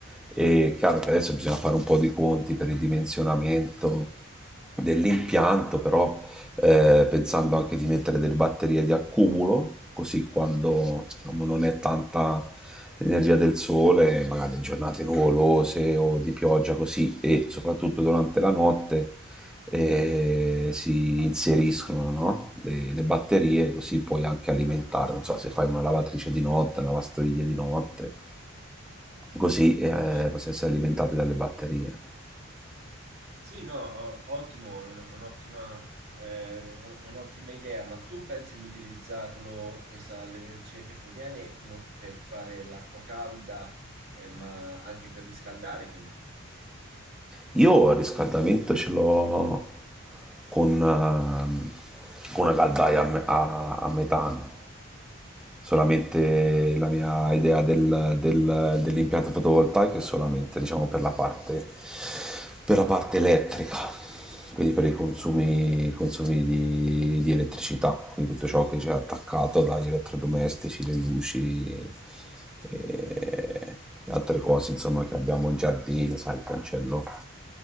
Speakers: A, in the centre; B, on the right.
A: E chiaro che adesso bisogna fare un po' di conti per il dimensionamento dell'impianto, però eh, pensando anche di mettere delle batterie di accumulo, così quando diciamo, non è tanta l'energia del sole, magari in giornate nuvolose o di pioggia così, e soprattutto durante la notte e si inseriscono no? le, le batterie così puoi anche alimentare, non so se fai una lavatrice di notte, una lavastoviglie di notte, così eh,
B: non so.
A: possono essere alimentate dalle batterie.
B: Sì, no, o- ottimo, un- un'ottima eh, un- un'ottima idea, ma tu pensi di utilizzarlo, questa, l'energia che proviene, non- per fare l'acqua calda, eh, ma anche per riscaldare, quindi?
A: Io il riscaldamento ce l'ho con, eh, con una caldaia a, me- a- a metano, solamente la mia idea del- del- dell'impianto fotovoltaico è solamente diciamo, per, la parte, per la parte elettrica, quindi per i consumi, i consumi di, di elettricità, quindi tutto ciò che c'è attaccato dagli elettrodomestici, le luci e, e altre cose insomma, che abbiamo in giardino, sai, il cancello.